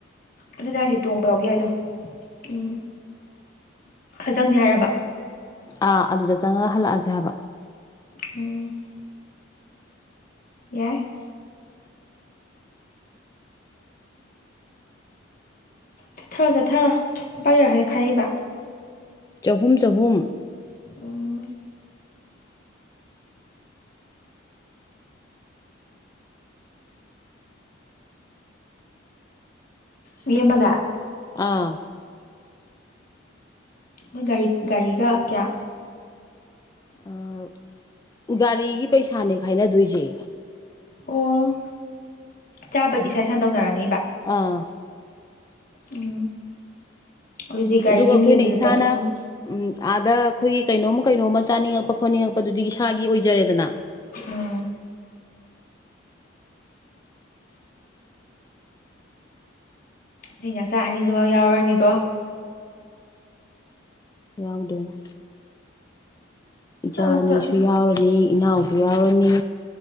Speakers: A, on the left; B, on the left.
A: ꯑꯗꯨ ꯍꯥꯏꯁꯦ ꯇꯣꯡꯕ ꯌꯥꯎꯕꯤ ꯍꯥꯏꯗꯣ ꯎꯝ ꯐꯖꯪꯅꯤ ꯍꯥꯏꯔꯕ
B: ꯑꯥ ꯑꯗꯨꯗ ꯆꯪꯉꯒ ꯍꯜꯂꯛꯑꯁꯦ ꯍꯥꯏꯕ
A: ꯑꯣ ꯌꯥꯏ ꯆꯠꯊꯔꯣ ꯆꯠꯊꯔꯣ ꯂꯨꯄꯥ ꯀꯌꯥ ꯀꯌꯥꯥ ꯈꯥꯢꯅꯩꯕ
B: ꯆꯍꯨꯝ ꯆꯍꯨꯝ
A: ꯑꯣ ꯃꯤ ꯑꯃꯗ
B: ꯑꯥ
A: ꯃꯣꯏ ꯒꯥꯔꯤ ꯒꯥꯔꯤꯒ ꯀꯌꯥ
B: ꯑꯥ ꯒꯥꯔꯤꯒꯤ ꯄꯩꯁꯥꯅꯦ ꯈꯥꯏꯅꯗꯣꯏꯁꯦ
A: ꯑꯣ ꯆꯥꯕꯒꯤꯗꯤ ꯏꯁꯥ ꯏꯁꯥꯅ ꯇꯧꯅꯔꯅꯤꯕ
B: ꯑꯥ
A: ꯎꯝ ꯑꯗꯨꯗꯤ ꯒꯥꯔꯤꯒꯤ
B: ꯑꯗꯨꯒ ꯑꯩꯈꯣꯏꯅ
A: ꯃꯤ ꯑꯝꯗ
B: ꯏꯁꯥꯅ
A: ꯂꯨꯄꯥ ꯆꯍꯨꯝ
B: ꯎꯝ ꯑꯥꯗ ꯑꯩꯈꯣꯏꯒꯤ ꯀꯩꯅꯣꯝ ꯀꯩꯅꯣꯝꯃ ꯆꯥꯅꯤꯡꯉꯛꯄ ꯈꯣꯠꯅꯤꯡꯉꯛꯄꯗꯨꯗꯤ ꯏꯁꯥꯒꯤ ꯑꯣꯏꯖꯔꯦꯗꯅ
A: ꯎꯝ ꯅꯣꯢ ꯅꯆꯥ ꯑꯅꯤꯗꯨꯕꯥꯎ ꯌꯥꯎꯔꯅꯤꯗꯣ
B: ꯌꯥꯎꯗꯣꯏꯅꯦ ꯏꯆꯥ
A: ꯆꯠꯂꯣ
B: ꯑꯅꯤꯁꯨ
A: ꯆꯠꯂꯣ
B: ꯌꯥꯎꯔꯅꯤ ꯏꯅꯥꯎꯁꯨ ꯌꯥꯎꯔꯅꯤ